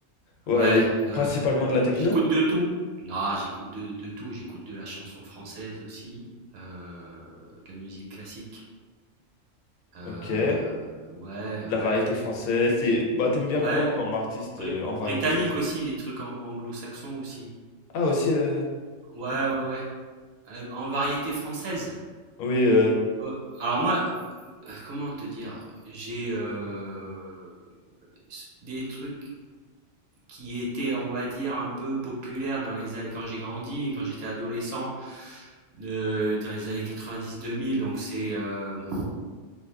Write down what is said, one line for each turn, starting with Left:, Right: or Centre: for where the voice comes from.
Left: ouais,
Right: Ouais, heu,
Left: principalement de la techno.
Right: j'écoute de tout. Non, j'écoute de de tout, j'écoute de la chanson française aussi, heu, de la musique classique, heu,
Left: Ok, de
Right: ouais,
Left: la
Right: ouais,
Left: variété française. C'est, bah, t'aimes bien
Right: ouais,
Left: quoi comme artiste
Right: bri
Left: euh, en
Right: britannique
Left: variété française?
Right: aussi, des trucs an anglo-saxons aussi.
Left: Ah, aussi, euh,
Right: Ouais,
Left: ok.
Right: ouais, ouais, heu, en variété française?
Left: Oui, euh,
Right: Heu, alors moi Heu, comment te dire? J'ai, heu, des trucs qui étaient, on va dire, un peu populaires dans les années quand j'ai grandi, quand j'étais adolescent, de dans les années quatre-vingt-dix deux mille. donc c'est, hem,